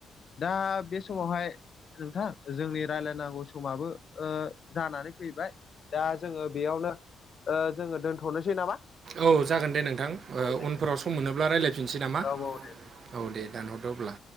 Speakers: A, on the left; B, on the right.
A: दा बे समावहाय नोंथां जोंनि राय्लायनांगौ समाबो ओजानानै फैबाय दा जोङो बेयावनो जोङो दोनथनोसै नामा
B: औ जागोन दे नोंथां ओ
A: औ दे
B: उनफोराव सम मोनोब्ला रायज्लायफिनसै नामा?
A: औ औ दे
B: औ दे दानहरदो अब्ला।